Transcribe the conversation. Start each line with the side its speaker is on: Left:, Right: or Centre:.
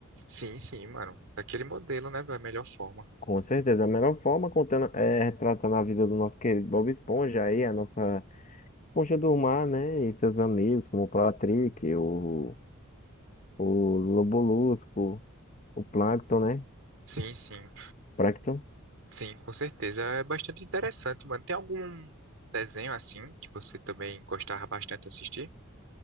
Right: Sim, sim, mano. Daquele modelo, né, da melhor forma.
Left: Com certeza, a melhor forma contando, é retratando a vida do nosso querido Bob Esponja aí, a nossa Esponja do Mar, né? E seus amigos, como o Patrick, o, o Lobolusco, o Plankton, né?
Right: Sim, sim.
Left: Plankton.
Right: Sim, com certeza. É bastante interessante, mano. Tem algum desenho assim que você também gostava bastante de assistir?